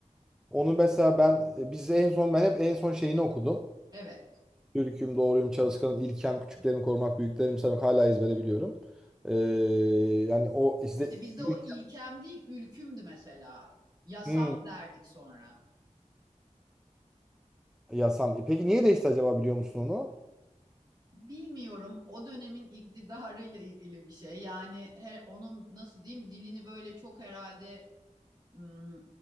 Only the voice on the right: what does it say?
Evet.
İşte bizde
o ilkem değil, ülkümdü mesela. Yasam
derdik sonra.
Bilmiyorum o dönemin iktidarıyla ilgili bir şey. Yani her, onun nasıl diyeyim dilini böyle çok herhalde hmm,